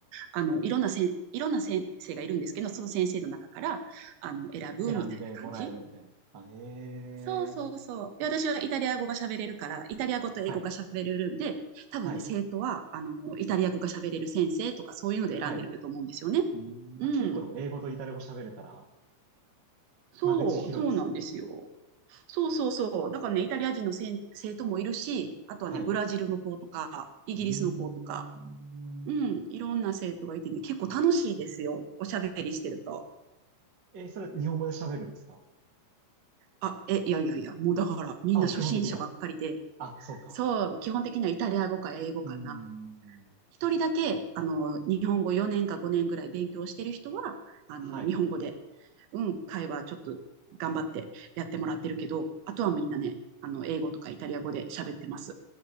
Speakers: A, on the right (about 80°); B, on the right (about 50°).
A: あの、いろんなせん、いろんな先生がいるんですけど、その先生の中から、あの、選ぶみたいな感じ。
B: 選んでもらえるみたいな。あ、えー、
A: そうそうそう。で、私はイタリア語が喋れるから、イタリア語と英語が喋れるんで、
B: はい。
A: 多分ね、
B: はい。
A: 生徒は、あの、イタリア語が喋れる先生とか、そういうので選んでると思うんですよね。
B: はい。うん、
A: うん。
B: あ、結構でも英語とイタリア語喋れたら、
A: そう、
B: 間口広いですね。
A: そうなんですよ。そうそうそう。だからね、イタリア人のせん生徒もいるし、あとはね、
B: はい。
A: ブラジルの子とか、イギリスの子とか、
B: うーん。
A: うん、いろんな生徒がいてね、結構楽しいですよ。おしゃべりしてると。
B: えーそれ日本語で喋るんですか
A: あ、え、いやいやいや、もうだからみんな初心者ばっかりで、
B: あ、もう基本的には。あ、そうか。
A: そう、基本的にはイタリア語か英語かな。
B: うーん。
A: 一人だけ、あの、日本語4年か5年ぐらい勉強してる人は、あの、
B: はい。
A: 日本語で、うん、会話ちょっと頑張ってやってもらってるけど、あとはみんなね、あの、英語とかイタリア語で喋ってます。